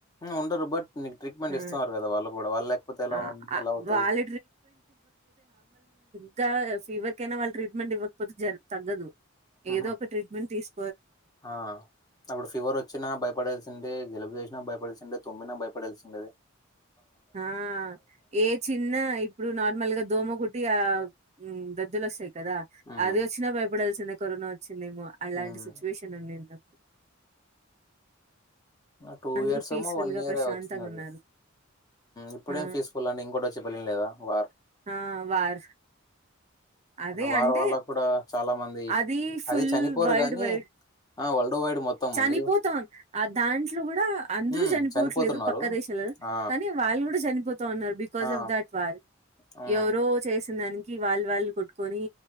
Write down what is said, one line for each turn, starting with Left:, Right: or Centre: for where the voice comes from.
Left: ఆ ఉండరు బట్ నీకు ట్రీట్మెంట్
Right: ఆ
Left: ఇస్తున్నారు కదా వాళ్ళు కూడా వాళ్ళు లేకపోతే ఎలా
Right: ఆ ఆ,
Left: ఎలా అవుతదీ
Right: వాళ్ళ ఇంకా ఫీవర్ కైనా వాళ్ళ ట్రట్మెంట్ ఇవ్వకపోతే జర తగ్గదు
Left: ఉహు
Right: ఏదో ఒక ట్రీట్మెంట్ తీసు
Left: ఆ అప్పుడు ఫీవర్ వచ్చినా భయపడేల్ జలాబ్ చేసిన భయపడాల్సిందే తుమ్మిన భయపడల్సిండే
Right: ఆ ఏ చిన్న ఇప్పుడు నార్మల్గా దోమ కుటి ఆ ఉ దద్దులోస్తాయి కదా
Left: ఉమ్
Right: అది వచ్చినా భయపడల్ కరోనా వచిందమో అలాంటి
Left: ఉమ్
Right: సిచ్యువేషన్ ఉందిందు
Left: టూ
Right: అందరూ
Left: ఇయర్స్
Right: పీస్ఫుల్
Left: ఏమో వన్
Right: గా
Left: ఇయర్
Right: ప్రశాంతంగా
Left: వచ్చిందది
Right: ఉన్నారు
Left: ఇప్పుడేం
Right: ఆ
Left: పీస్ఫుల్ అండి ఇంకోటి వచ్చే పళ్లిం లేదా వారు
Right: ఆ వార్ అదే
Left: వార్
Right: అంటే
Left: వాళ్ళ కూడా చాలా మంది
Right: అది ఫుల్
Left: చనిపోరు
Right: వరల్డ్
Left: గాని
Right: వైడ్
Left: ఆ వరల్డ్ వైడ్ మొత్తం
Right: చనిపోతా
Left: ఉంది
Right: దాంట్లో కూడా అందరూ
Left: హ్మ్.
Right: చనిపోవట్లేదు
Left: చనిపోతున్నారు.
Right: పక్క దేశాల
Left: ఆ!
Right: కానీ వాళ్ళు కూడా చనిపోతా ఉన్నారు బికాస్
Left: ఆ!
Right: ఆఫ్ దట్ వార్
Left: హ్మ్.
Right: ఎవరో చే దానికి వాళ్ళ వాళ్ళు కొట్ కొని